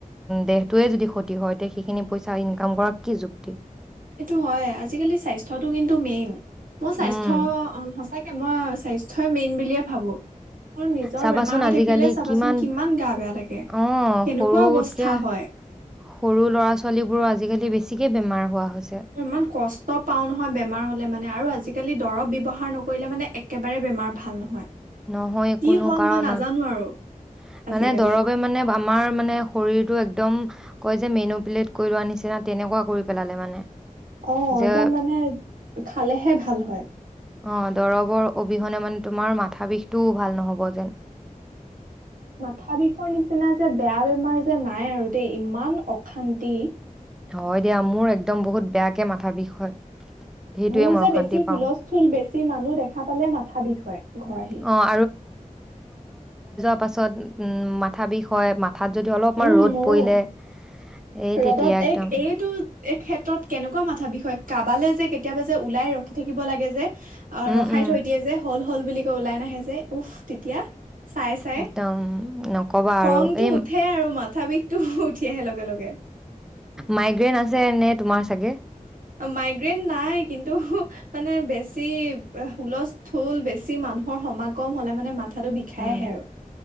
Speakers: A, in the centre; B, on the right (about 75°).
A: দেহটোৱে যদি ক্ষতি হয় তে সেইখিনি পইচা ইনকাম কৰ কি যুক্তি
B: এইটো হয় আজিকালি স্বাস্থ্যটো কিন্তু মেইন মোৰ স্বাস্থ্য
A: উম,
B: সচাকে মই স্বাস্থ ই মেইন বুলিয়ে ভাবো কাৰণ নিজৰ
A: চাবাচোন
B: বেমাৰ হৈ
A: আজিকালি
B: থাকিলে চাবাচোন
A: কিমান
B: গা বেয়া লাগে
A: অ
B: কেনেকুৱা
A: সৰুতকে
B: অৱস্থা হয়
A: সৰু ল'ৰা ছোৱালীবোৰ আজিকালি বেছি গতিিকে বেমাৰ হোৱা হয়
B: ইমান কষ্ট পাও নহয় বেমাৰ হলে মানে আৰু আজি আজিকালি দৰৱ ব্যৱহাৰ নকৰিলে মানে একেবাৰে বেমাৰ ভাল নহয়
A: নহয়
B: কি
A: কোনো
B: হ'ল
A: কাৰণত
B: মই নাজানো আৰু আজিকালি।
A: মানে দৰৱে মানে আমাৰ মানে শৰীৰটো একদম কয় যে মেনু প্লেট কৰি লোৱাৰ নিচিনা তেনেকুৱা কৰি পেলালে মানে
B: অ
A: যে
B: একদম মানে খালেহে ভাল হয়।
A: অ দৰৱৰ অবিহনে মানে তোমাৰ মাথা বিষটোও ভাল নহব যেন।
B: মাথা বিষৰ নিচিনা যে বেয়া বেমাৰ যে নাই আৰু দেই ইমান অশান্তি।
A: হয় দিয়া মোৰ একদম বহুত বেয়াকে মাথা বিষ হয় সেইটোৱে
B: মোৰ
A: মই
B: যে
A: অশান্তি
B: বেছি
A: পাওঁ।
B: হুলস্থুল বেছি মানুহ দেখা পালে মাথা বিষ হয় ঘৰ আহি
A: অ', তাৰ পাছত উম মাথা বিষ হয় ম ঠাত যদি অলপমান
B: উম
A: ৰ'দ
B: মোৰো
A: পৰিলে এই
B: ৰদত
A: তেতিয়া একদম
B: এক এইটো এই ক্ষেত্ৰত কেনেকুৱা মাথা বিষ হয় কাৰাবালে যে কেতিয়াবা যে ওলাই ৰখি থাকিব লাগে যে। আৰু
A: উম,
B: ৰখাই
A: উম।
B: থৈ দিয়ে যে হ'ল হল। বুলি কয় ওলাই নাহে যে উফ তেতিয়া চাই চাই
A: একদম নক'বা আৰু
B: খংটো
A: এই
B: উঠে আৰু মাথা বিষটো উঠি আহে লগে লগে।
A: মাইগ্ৰেইন আছে নে তোমাৰ চাগে
B: মাইগ্ৰেইন নাই কিন্তু মানে বেছি হুলস্থুল বেছি মানুহৰ সমাগম হলে মানে মাথাটো বিষাই
A: উম
B: আহে আৰু